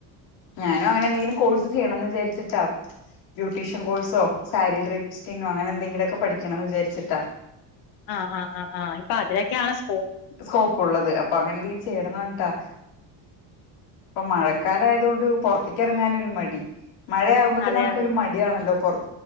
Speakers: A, on the left; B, on the left.
A: ഞാനും അങ്ങനെ എന്തെലും കോഴ്സ് ചെയ്യണമന്ന് വിചാരിച്ചിട്ടാ ബ്യൂട്ടീഷ്യൻ കോഴ്സോ സാരി ഡ്രീസ്റ്റിങ്ങോ അങ്ങനെ എന്തെങ്കിലുമൊക്കെ പഠിക്കണം എന്ന് വിചാരിച്ചിട്ടാ
B: ആഹ് ആഹ് ആഹ് ആഹ് ഇപ്പം അതിനലൊക്കെയാണ് സ്കോപ്പ്
A: സ്കോപ്പ് ഒള്ളത് അപ്പം അങ്ങനെ എന്തെങ്കിലും ചെയ്യാണാന്നാ ട്ടാ ഇപ്പൊ മഴക്കാലയത് കൊണ്ട് പൊറത്തേക്ക് ഇറങ്ങാനൊരു മടി മഴയാകുമ്പോ തന്നെ
B: അതെ
A: നമുക്ക്
B: അതെ
A: ഒരു മടിയണല്ലോ പുറത്ത്